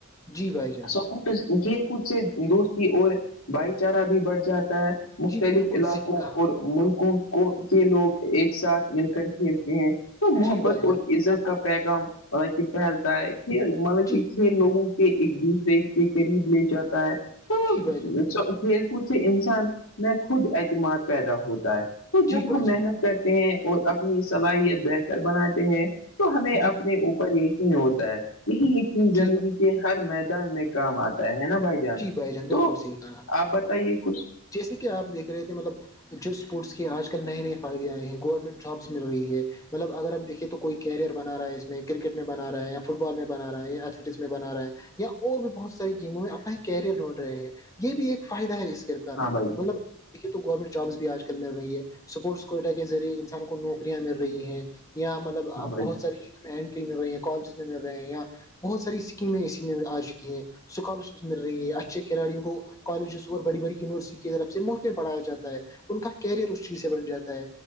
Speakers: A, on the left; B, on the left.
A: جی بھائی جان
B: سکٹ کھیل کود سے دوستی اور بھائی چارہ بھی بڑھ جاتا ہے مختلف
A: جی بالکل
B: علاقوں
A: صحیح کہا
B: اور ملکوں کو کے لوگ ایک ساتھ مل کر کھیلتے ہیں تو محبت
A: جی بھائی جان
B: اور عزت کا پیغام مطلب کہ پھیلتا ہے کہ مطلب
A: جی
B: کہ لوگوں کے ایک دوسرے کے قریب لے جاتا ہے تو
A: جی بھائی جان
B: کھیل کود سے انسان میں خود اعتماد پیدا ہوتا ہے تو جب
A: جی بھائی
B: ہم
A: جان
B: محنت کرتے ہیں اور اپنی صلاحیت بہتر بناتے ہیں تو ہمیں
A: جی
B: اپنے اوپر یقین ہوتا ہے یہی ایک چیز زندگی
A: جی بھائی
B: کے ہر میدان میں کام آتا ہے نا بھائی
A: جی بھائی جان
B: تو
A: بالکل صحیح کہا
B: آپ بتائیے کچھ
A: جیسے کہ آپ دیکھ رہے تھے مطلب جو اسپورٹس کے آج کل نئے نئے فائدے آئے ہیں گورنمنٹ جابس مل رہی ہے مطلب اگر ہم دیکھے تو کوئی کیریئر بنا رہا ہے اس میں کرکٹ میں بنا رہا ہے یا فٹ بال میں بنا رہا یا ایتھلیٹکس میں بنا رہا ہے یا اور بھی بہت ساری گیموں میں اپنا کیریئر ڈھونڈ رہے ہیں یہ بھی ایک فائدہ ہے اسکل کا
B: ہاں بھائی جان
A: مطلب دیکے تو گورنمنٹ جابس بھی آج کل مل رہی ہے سپورٹس کوئٹ کےذریعے انسان کو نوکیاں مل رہی ہیں یہاں مطلب
B: ہاں بھائی
A: بہت
B: جان
A: ساری چیز انٹری مل رہی ہیں کالجز میں مل رہے ہیں یہاں بہت ساری اسکیمیں اسی میں آ چکی ہیں اسکالر شپ مل رہی ہے اچھے کھلاڑوں کو کالجز اورڑی بڑی یونیورسٹی کی طرف سے محفتیں پڑھا جاتا ہے ان کا کیریئر اس چیز سے بن جاتا ہے